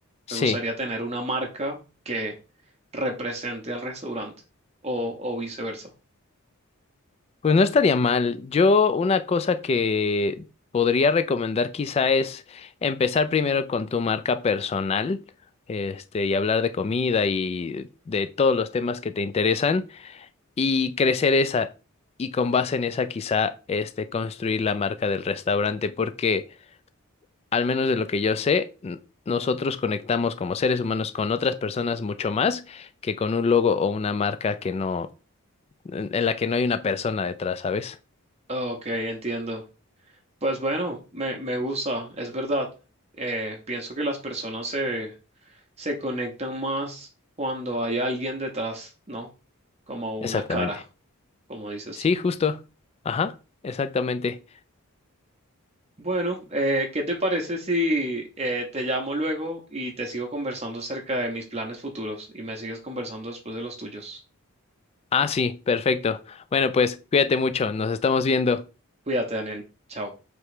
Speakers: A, on the left; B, on the right.
A: Sí,
B: me gustaría tener una marca que represente al restaurante o, o viceversa.
A: pues no estaría mal. Yo una cosa que podría recomendar quizá es empezar primero con tu marca personal, este, y hablar de comida y de todos los temas que te interesan. y crecer esa y con base en esa quizá este construir la marca del restaurante porque al menos de lo que yo sé n- nosotros conectamos como seres humanos con otras personas mucho más que con un logo o una marca que no en en la que no hay una persona detrás, ¿sabes?
B: Ok, entiendo. Pues bueno, me, me gusta, es verdad. Eh, pienso que las personas se, se conectan más cuando hay alguien detrás, ¿no? Como
A: Exactamente.
B: una cara, como dices
A: Sí,
B: tú.
A: justo. Ajá, exactamente.
B: Bueno, eh, ¿qué te parece si eh, te llamo luego y te sigo conversando acerca de mis planes futuros y me sigues conversando después de los tuyos?
A: Ah, sí, perfecto. Bueno, pues cuídate mucho, nos estamos viendo.
B: Cuídate, Daniel. Chao.